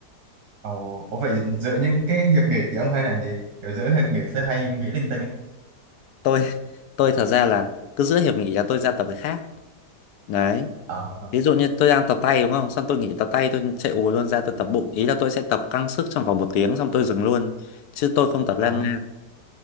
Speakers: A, on the right; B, on the left.
A: Ồ, có phải giữa những cái hiệp nghị thì ông hay làm gì? Kiểu giữa hiệp nghị tôi hay nghĩ linh tinh ấy.
B: Tôi, <laughs> tôi thật ra là cứ giữa hiệp nghỉ là tôi ra tập cái khác. Đấy,
A: Ờ,
B: ví dụ như tôi đang tập tay đúng không? Xong tôi nghỉ tập tay, tôi chạy ù luôn ra tôi tập bụng. Ý là tôi sẽ tập căng sức trong vòng một tiếng xong tôi dừng luôn. Chứ tôi không tập
A: ờ,
B: lan man.